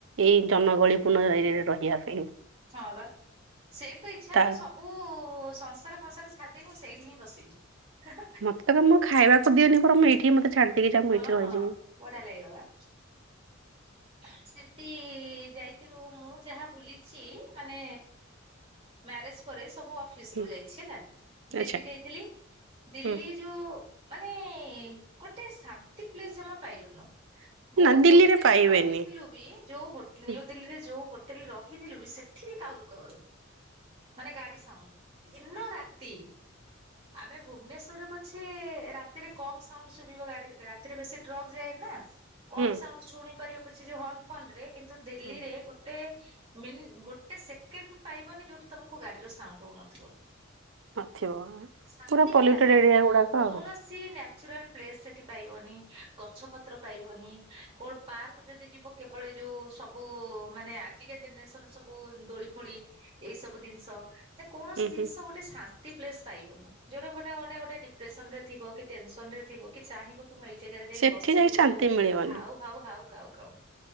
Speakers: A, on the right; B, on the right.
A: ଏଇ ଜନଗହଳିପୂଣ୍ଣ ଏରିଆରେ ରହିବା ପାଇଁ।
B: ହଁ ବା ସେଇ ତ ଇଚ୍ଛା
A: ତା
B: ହବ ସବ ସବୁ ସଂସାର ଫସାର ଛାଡ଼ିଦେଇ ମୁଁ ସେଇଠି ହିଁ ବସିବି।
A: ମତେ ତ ମୁଁ ଖାଇଵାକୁ ଦିଅନି ବରମ୍ ମୁଁ ଏଠି ମୋତେ ଛାଡି ଦେଇକି ଯା ମୁଁ
B: ହଁ
A: ଏଇଠି ରହିଯିବି।
B: ବଢିଆ ଲାଗିବ ଵା। ସେମିତି ଯାଇଥିଲୁ ମୁଁ ଯାହା ବୁଲିଛି ମାନେ ମ୍ୟାରେଜ ପରେ ସବୁ ଅଫିସ
A: ହୁଁ
B: ରୁ ଯାଇଛି ହେଲା ଦିଲ୍ଲୀ
A: ଆଚ୍ଛା
B: ଯାଇଥିଲି ଦିଲ୍ଲୀ
A: ହୁଁ
B: ଯୋଉ ମାନେ ଗୋଟେ ଶାନ୍ତି ପ୍ଲେସ ଜମା ପାଇଲୁନୁ। ଗୋ
A: ନା ଦିଲ୍ଲୀରେ
B: ହୋଟେଲରେ
A: ପାଇବେନି
B: ର ଥିଲୁ ବି ଯୋଉ ନିଉ
A: ହୁଁ
B: ଦୀଲ୍ଲୀରେ ଯୋଉ ହୋଟେଲ ରହିଥିଲୁ ବି ସେଠି ବିି କାଉରୁ କାଉରୁ। ମାନେ ଗାଡ଼ି ସାଉଣ୍ଡ ଦୀନ ରାତି। ଆମେ ଭୁବନେଶ୍ୱରରେ ପଛେ ରାତିରେ କମ ସାଉଣ୍ଡ ଶୁଭିବ ଗାଡି ରାତିରେ ବେଶୀ ଟ୍ରକ୍ ଯାଏ ନା କମ
A: ହୁଁ
B: ସାଉଣ୍ଡ ଶୁଣି ପାରିବ କିଛି ହର୍ଣ ଫୋନ ରେ କିନ୍ତୁ ଦିଲ୍ଲୀରେ
A: ହୁଁ
B: ଗୋଟେ ମିନି ଗୋଟେ ସେକେଣ୍ଡ ପାଇବନି ଯୋଉଠି ତମକୁ ଗାଡିର ସାଉଣ୍ଡ ହଉନଥିବ।
A: ନଥିବ।
B: ଶାନ୍ତି
A: ପୁରା ପଲ୍ୟୁଟେଡ୍
B: ହିଁ ନାହିଁ
A: ଏରିଆ ଗୁଡାକ
B: କୌଣସି
A: ଆଉ
B: କିଛି ନ୍ୟଚୁରାଲ ପ୍ଲେସ୍ ସେଠି ପାଇବନି, ଗଛ ପତ୍ର ପାଇବନି କଣ ପାର୍କ ଯଦି ଯିବ କେବଳ ଯୋଉ ସବୁ ମାନେ ଆଜିକା ଜେନେରେସନ ସବୁ ଦୋଳି ଫୋଳି ଏଇ ସବୁ ଜିନିଷ ନା କୌଣସି
A: ହୁଁ
B: ଜିନିଷ
A: ହୁଁ
B: ଗୋ ଗୋଟେ ଶାନ୍ତି ପ୍ଲେସ ପାଇବୁନୁ, ଯୋଉଟା ଗୋଟେ ମାନେ ଗୋଟେ ଡିପ୍ରେସନ ରେ ଥିଵ କି ଟେନସନ ରେ ଥିବ କି ଚାହିଁବ। ମୁଁ ଏଇ ଜାଗାରେ ଯାଇ
A: ସେଠି
B: ବସିବି ଟିକେ
A: ଶାନ୍ତି
B: ଜମା
A: ମିଳିବନି।
B: ହାଉ ହାଉ ହାଉ କାଉ କାଉ।